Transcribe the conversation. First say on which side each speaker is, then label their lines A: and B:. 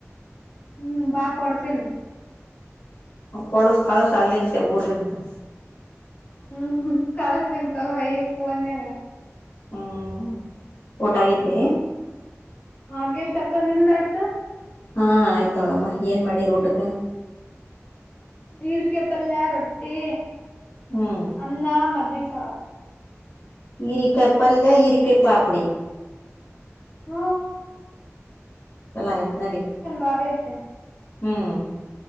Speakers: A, on the left (about 35°); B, on the left (about 70°).
A: ಹ್ಮ್ -ಬಾ ಕೊಡ್ತೇನಿ.
B: ಕೊಡಸ ಕಳಸ ಅಲ್ಲಿ ನಿಂತೆ ಊರ್ಲಿಂಗೆ
A: ಹ್ಮ್ ಕಳಸ್ನ್ ತ ಹ ಪೋನ್ಯಾಗ
B: ಹ್ಮ್ ಊಟ ಆಗೇತಿ
A: ಹ್ಮ್ -ಹಾಗೇತಕ್ಕ ನಿಂದಾಯ್ತು.
B: ಹಾ -ಆಯ್ತ ನೋಡಮ್ಮ ಏನ್ ಮಾಡಿ ಊಟಕ್ಕೆ.
A: ಈರಿಕಾಯಿ ಪಲ್ಲ ರೊಟ್ಟಿ.
B: ಹ್ಮ್
A: ಅನ್ನ ಮಜ್ಜಿಗೆ ಸಾರು.
B: ಈರಿಕಾಯಿಪ್ಪಲ್ಲ ಈರಿಕಾಯಿಪ್ಪಾಪಡಿ.
A: ಹ್
B: ಚಲ ಆಯ್ತ್ ನಡಿ
A: ಬಾರಿ ಐತೆ
B: ಹ್ಮ್